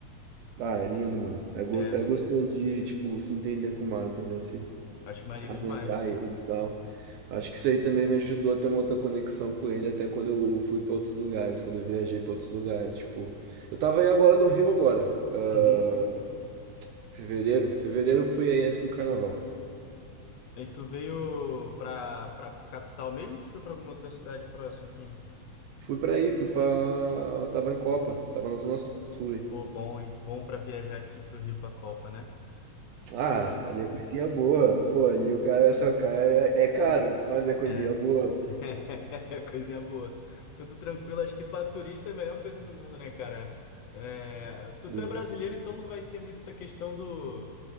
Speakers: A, on the right; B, on the left.
A: Ah, é lindo, mano. É, gos-
B: É,
A: é gostoso de, tipo, se entender com o mar, entendeu? Se
B: acho maneiro
A: adentrar
B: demais, pô.
A: ele e tal. Acho que isso aí também me ajudou a ter uma outra conexão com ele, até quando eu fui para outros lugares, quando eu viajei para outros lugares, tipo, eu tava aí agora no Rio agora, ah,
B: Uhum.
A: fevereiro, fevereiro eu fui aí antes do carnaval.
B: E tu veio pra, pra capital mesmo ou tu foi pra alguma outra cidade próxima aqui?
A: Fui pra aí, fui pra. tava em Copa, tava na Zona Sul. aí.
B: Pô, bom, hein? Bom pra viajar aqui pro Rio pra Copa, né?
A: Ah,
B: Tu.
A: ali é coisinha boa, pô, ali o cara é só cai, é é caro, mas é coisinha
B: é.
A: boa.
B: <laughs> Coisinha boa. Tudo tranquilo. Acho que pra turista é a melhor coisa do mundo, né, cara? É, Tu,
A: Sim.
B: tu é brasileiro, então não vai ter muito essa questão do,